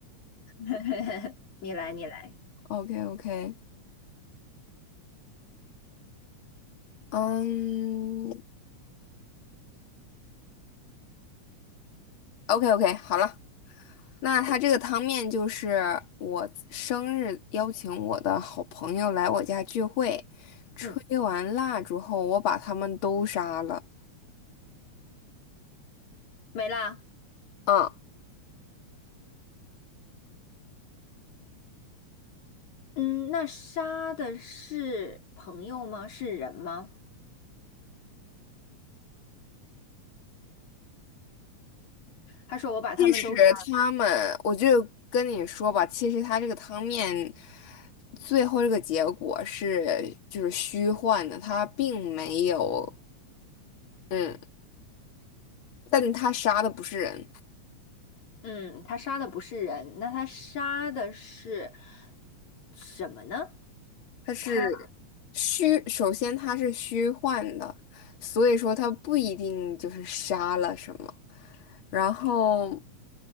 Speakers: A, on the left (about 75°); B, on the left (about 45°).
A: <laughs> 你来，你来，
B: ，OK OK，嗯，OK OK，好了，那他这个汤面就是我生日邀请我的好朋友来我家聚会。
A: 嗯，
B: 吹完蜡烛后，我把他们都杀了。
A: 没啦。
B: 嗯，
A: 嗯，那杀的是朋友吗？是人吗？他说我把他们都杀。
B: 其实他们，我就跟你说吧，其实他这个汤面最后这个结果是就是虚幻的，他并没有，嗯，但他杀的不是人。
A: 嗯，他杀的不是人，那他杀的是什么呢？
B: 它是虚，
A: 他
B: 首先它是虚幻的，所以说它不一定就是杀了什么。然后，